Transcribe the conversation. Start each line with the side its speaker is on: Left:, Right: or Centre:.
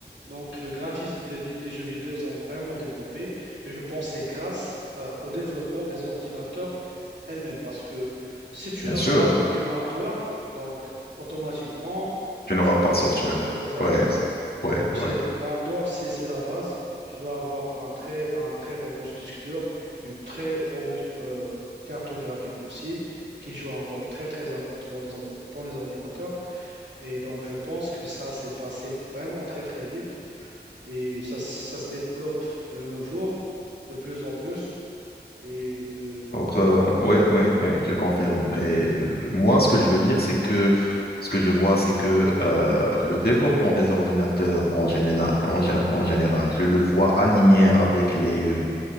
Right: donc le graphisme des, vi- des jeux vidéo ont vraiment développé. Et je pense que c'est grâce euh, au développement des ordinateurs elles-mêmes. Parce que si tu
Left: bien
Right: n'as
Left: sûr,
Right: pas du hardware, donc automatiquement,
Left: tu n'auras
Right: tu
Left: pas
Right: te...
Left: de software.
Right: Exactement.
Left: Ouais, ouais,
Right: Donc,
Left: ouais.
Right: c'est- l'hardware, c'est c'est la base. Tu dois avoir un très, un très robuste disque dur, une très robuste euh, carte graphique aussi, qui joue un rôle très, très important dans les, or- dans les ordinateurs. Et donc, je pense que ça s'est passé vraiment très, très vite et ça, ça se développe de nos jours de plus en plus. Et euh,
Left: Or, euh, ouais, ouais, ouais, je confirme.
Right: oui,
Left: Et, euh, moi, ce que je veux dire, c'est que ce que je vois, c'est que euh, le développement des ordinateurs en général, en, gé- en général, je le vois aligné avec les, euh,